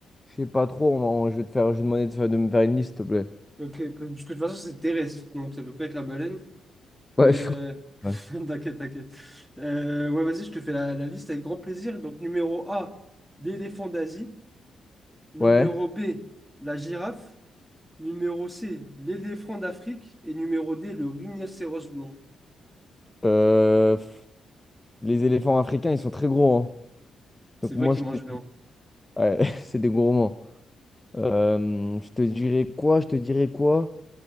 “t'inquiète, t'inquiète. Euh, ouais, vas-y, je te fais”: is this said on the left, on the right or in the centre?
Centre